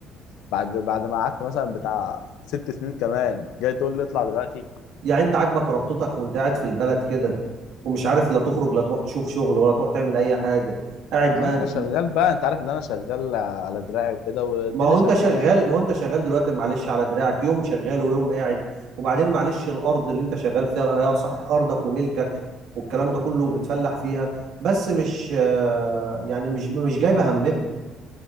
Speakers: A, on the left; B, on the right.
A: بعد بعد ما قعدت مثلا بتاع ست سنين كمان جاي تقول لي اطلع دلوقتي
B: يعني انت عاجبك ربطتك وانت قاعد في البلد كده ومش عارف لا تخرج لا تروح تشوف شغل ولا تروح تعمل اي حاجه قاعد
A: يا عم
B: بقى
A: انا شغال بقى انت عارف ان انا شغال على دراعي وكده والدنيا
B: ما هو
A: شغاله
B: انت شغال
A: يعني
B: ما هو انت شغال دلوقتي معلش على دراعك يوم شغال ويوم قاعد وبعدين معلش الارض اللي انت شغال فيها هي صحيح ارضك وملكك والكلام ده كله بتفلح فيها بس مش آه، يعني مش مش جايبه همها